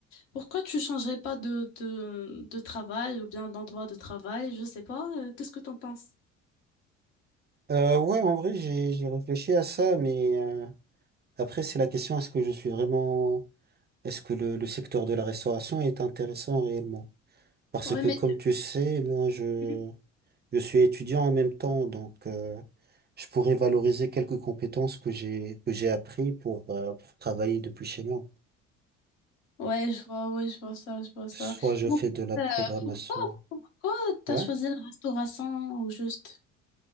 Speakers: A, on the left; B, on the right.
A: pourquoi tu changerais pas de, de, de travail ou bien d'endroit de travail? Je sais pas, euh, qu'est-ce que t'en penses?
B: Euh, ouais, en vrai, j'ai, j'ai réfléchi à ça, mais euh, après c'est la question, est-ce que je suis vraiment, est-ce que le, le secteur de la restauration est intéressant réellement? Parce
A: Ouais,
B: que
A: mais
B: comme tu sais, moi je,
A: Mhm.
B: je suis étudiant en même temps, donc euh, je pourrais valoriser quelques compétences que j'ai, que j'ai appris pour, euh, pour travailler depuis chez moi.
A: Ouais, je vois, ouais, je vois ça, je vois ça.
B: Soit je
A: Mais
B: fais
A: en fait,
B: de la programmation.
A: euh, pourquoi, pourquoi t'as
B: Ouais.
A: choisi la restauration au juste?